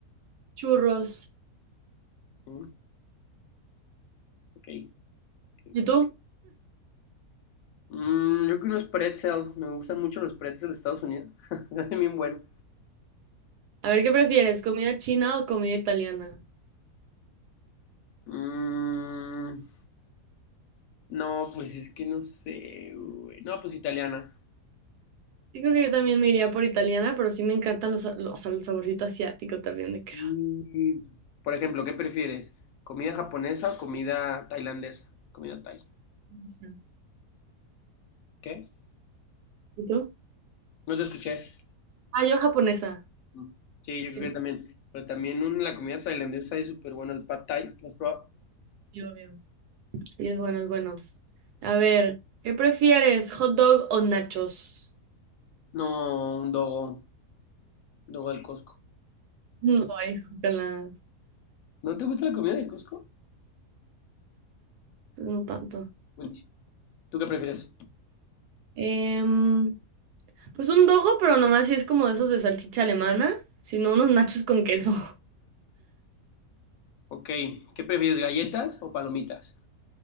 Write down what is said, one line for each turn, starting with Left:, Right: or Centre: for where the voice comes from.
Right: Churros.
Left: Sí, ok. ok.
Right: ¿Y tú?
Left: Mm, yo creo que unos pretzel. Me gustan mucho los pretzels de Estados Unidos. <laughs> Es bien bueno.
Right: A ver, ¿qué prefieres? ¿Comida china o comida italiana?
Left: Mm, no, pues es que no sé, güey. No, pues italiana.
Right: Yo creo que yo también me iría por italiana, pero sí me encantan los, sa- los, o sea, el saborcito asiático también de que.
Left: Y, por ejemplo, ¿qué prefieres? ¿Comida japonesa o comida tailandesa? Comida thai.
Right: no sé.
Left: ¿Qué?
Right: ¿Y tú?
Left: No te escuché.
Right: Ah, yo japonesa.
Left: Mm. Sí, yo creo
Right: Sí,
Left: que también. Pero también un- la comida tailandesa es súper buena. El pad thai, ¿lo has probado?
Right: obvio. Y es bueno, es bueno. A ver, ¿qué prefieres? ¿Hot dog o nachos?
Left: No, un dogo. Dogo del Costco.
Right: No, ay, <laughs> ojalá.
Left: ¿No te gusta la comida del Costco?
Right: Pues no tanto.
Left: Buenísimo. ¿Tú qué prefieres?
Right: Em, pues un dogo, pero nomás si es como de esos de salchicha alemana, sino unos nachos con queso.
Left: Ok, ¿qué prefieres, galletas o palomitas?